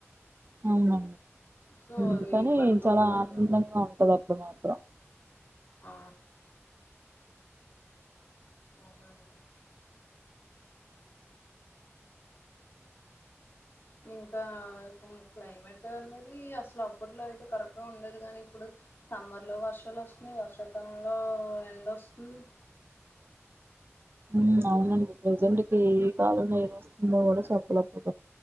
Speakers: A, on the right; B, on the left.
A: అవునా
B: సో అవి
A: మ్ కాని
B: పట్టుకోకూడదు
A: చాలా ఆనందంగా
B: అవి
A: ఉంటది అప్పుడు మాత్రం
B: ఆ అవునండి ఇంకా ఆ కుం క్లైమేట్ అన్నది అస్ అప్పట్లో అయితే కరెక్ట్ గా ఉండేది కానీ ఇప్పుడు సమ్మర్లో వర్షాలు వస్తున్నాయి వర్షాకాలంలో ఎండ వస్తుంది
A: మ్ అవునండి ప్రజెంట్ కి ఏ కాలంలో ఏది వస్తుందో కూడా చెప్పలేక పో